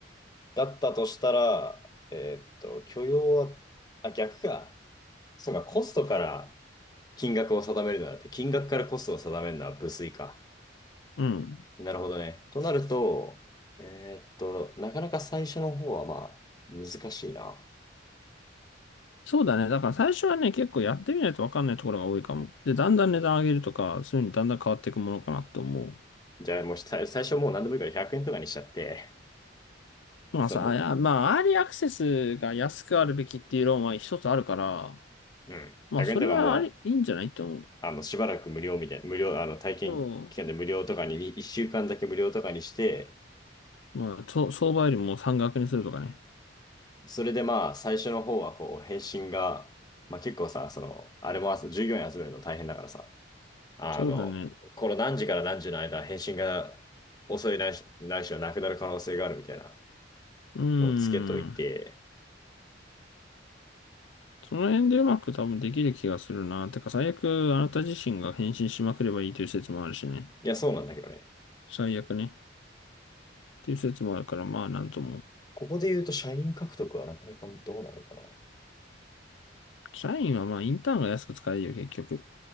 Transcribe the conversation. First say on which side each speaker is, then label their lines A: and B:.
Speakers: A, on the left; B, on the left.
A: だったとしたら、えーっと、許容は、あ、逆か。そうか、コストから金額を定めるのだって、金額からコストを定めるのは無粋か。
B: うん。
A: なるほどね。となると、えーっと、なかなか最初の方はまあ、難しいな。
B: そうだね。だから最初はね、結構やってみないと分かんないところが多いかも。で、だんだん値段上げるとか、そういうのにだんだん変わっていくものかなと思
A: じゃあもう最最初もう何でもいいから100円とかにしちゃって、
B: う。まあさ、
A: そうも
B: あいや、まあ、アーリーアクセスが安くあるべきっていう論は一つあるから、
A: う、うん、
B: まあ、
A: 100円とかも
B: それはあり、いいんじゃないと思う。
A: う、あの、しばらく無料みたいな、無料、あの、体験期間で無料とかに、
B: そ
A: 1週間だけ無料とかにして、
B: う。まあ、そ相場よりも山額にするとかね。
A: それでまあ、最初の方はこう、返信が、まあ結構さ、その、あれも集従業員集めるの大変だからさ、あの、
B: そうだね。
A: この何時から何時の間、返信が遅いないし、ないしはなくなる可能性があるみたいな
B: うー
A: のをつけといて、
B: ん。その辺でうまく多分できる気がするな。てか最悪あなた自身が返信しまくればいいという説もあるしね。
A: いや、そうなんだけどね。
B: 最悪ね。っていう説もあるからまあなんとも。
A: ここで言うと、社員獲得はなかなかどうなるか
B: 社員はまあインターンが安く使えるよ結局。